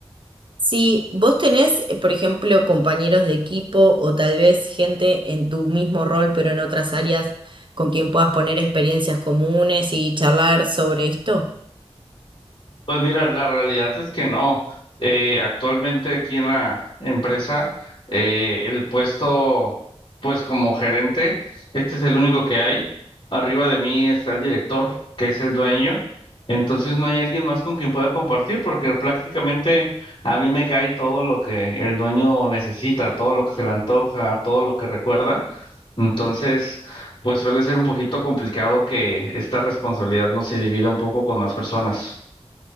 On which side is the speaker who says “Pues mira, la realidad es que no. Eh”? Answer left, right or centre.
Left